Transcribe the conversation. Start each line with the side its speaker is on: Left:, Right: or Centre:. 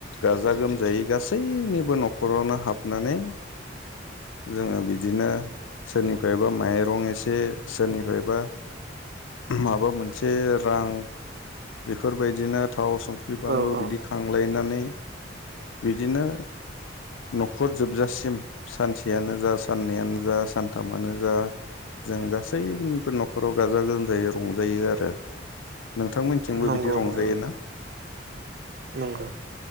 Left: गाजा गोमजायै गासैनिबो नखरावनो हाबनानै जोङो बिदिनो सोरनिफ्रायबा माइरं एसे सोरनिफ्रायबा माबा मोनसे रां बेफोरबायदिनो थाव संख्रि बानलु
Right: औ औ
Left: बिदि खांलायनानै बिदिनो न'खर जोबजासिम सानसेयानो जा साननैयानो जा सानथामानो जा जों गासैनिबो न'खराव गाजा गोमजायै रंजायो आरो। थिंबो
Right: नंगौ
Left: बिदि रंजायोना
Right: नंगौ नंगौ